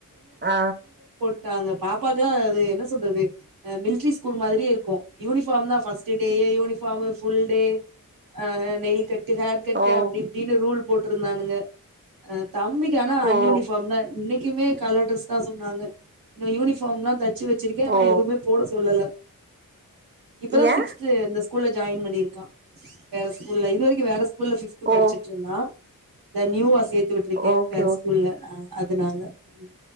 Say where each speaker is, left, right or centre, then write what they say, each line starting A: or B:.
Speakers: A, on the right; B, on the right.
A: ஆ
B: ஆ அந்த பாப்பாக்குலா அது என்ன சொல்றது அ மில்ட்ரி ஸ்கூல் மாதிரியே இருக்கு யூனிஃபார்ம்தா ஃபஸ்ட்டு டேயே யூனிஃபார்மு ஃபுல் டே ஆ நெய்ல் கட்டு ஹேர் கட்டு
A: ஓ
B: அப்டி இப்டின்னு ரூல் போட்ருந்தானுங்க அ தம்பிக்கி ஆனா அன்யூனிஃபார்ம்தா
A: ஓ
B: இன்னைக்குமே கலர் ட்ரெஸ்தா சொன்னாங்க இன்னு யூனிஃபார்ம்லா தச்சு வச்சிருக்கே ஆனா
A: ஓ
B: எதுவுமே போட சொல்லல இப்பதா
A: ஏ
B: சிக்ஸ் த்து இந்த ஸ்கூல்ல ஜாயின் பண்ணிருக்கா வேற ஸ்கூல்ல இது வரைக்கு வேற ஸ்கூல்ல ஃபிஃப்த் படிச்சிட்ருந்தா
A: ஓ
B: நியூவா சேத்து விட்ருக்கே
A: ஓகே
B: வேற
A: ஓ
B: ஸ்கூல்ல ஆ அதனால ம்